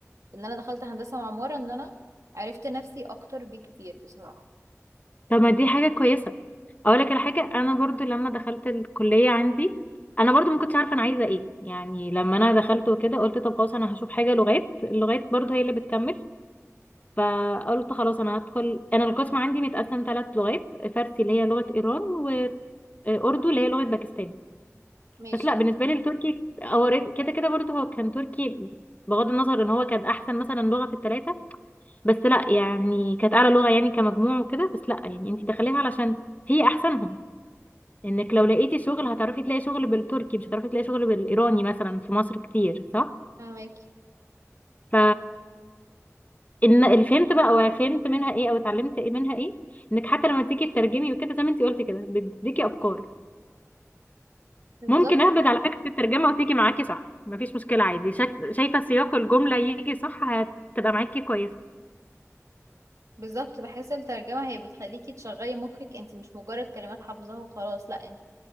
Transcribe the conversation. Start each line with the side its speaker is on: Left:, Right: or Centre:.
Right: في ان انا دخلت هندسه وعماره ان انا عرفت نفسي اكتر بكتير بصراحه
Left: طب ما دي حاجه كويسه اقول لك على حاجه انا برضو لما دخلت الكليه عندي انا برضو ما كنتش عارفه انا عايزه ايه يعني لما انا دخلت وكده قلت طب خلاص انا هشوف حاجه لغات اللغات برضو هي اللي بتكمل فقلت خلاص انا هدخل انا القسم عندي متقسم ثلاث لغات فارسي اللي هي لغة ايران واردو اللي هي لغة باكستان
Right: ماشي
Left: بس لا بالنسبة لي التركي هو ري- كده كده برضه هو كان تركي بغض النظر ان هو كان احسن مثلا لغة في الثلاثة بس لا يعني كانت اعلى لغة يعني كمجموع وكده بس لا يعني انت داخليها علشان هي احسنهم انك لو لقيتي شغل هتعرفي تلاقي شغل بالتركي مش هتعرفي تلاقي شغل بالايراني مثلا في مصر كتير صح
Right: فهمك
Left: ف ان اللي فهمت بقى او فهمت منها ايه او اتعلمت ايه منها ايه انك حتى لما تيجي تترجمي وكده زي ما انت قلتي كده بتديكي افكار
Right: بالظبط.
Left: ممكن اهبد على فكره الترجمه وتيجي معاكي صح مفيش مشكله عادي شك... شايفه سياق الجمله يجي صح هتبقى معاكي كويسه
Right: بالظبط بحس الترجمة هي بتخليكي تشغلي مخك انت مش مجرد كلمات حافظاها وخلاص لا انت